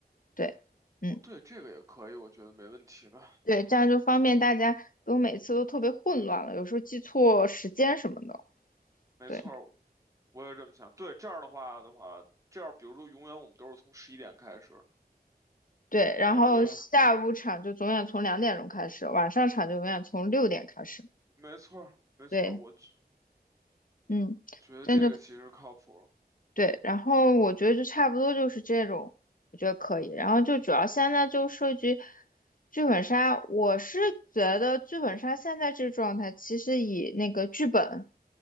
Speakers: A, on the left; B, on the right.
A: 对，嗯，
B: 哦，对，这个也可以，我觉得没问题的。
A: 对，这样就方便大家，因为每次都特别混乱了，有时候记错时间什么的。
B: 没错儿
A: 对
B: 我也这么想。对，这样的话的话，这样比如说永远我们都是从十一点开始，
A: 对，然后下午场就永远从两点钟开始，
B: 我是另外，
A: 晚上场就永远从六点开始。
B: 没错儿没错儿，
A: 对，
B: 我觉
A: 嗯。
B: 觉得这个其实靠谱
A: 这样就。对，然后我觉得就差不多就是这种，我觉得可以。然后就主要现在就涉及剧本杀，我是觉得剧本杀现在这个状态，其实以那个剧本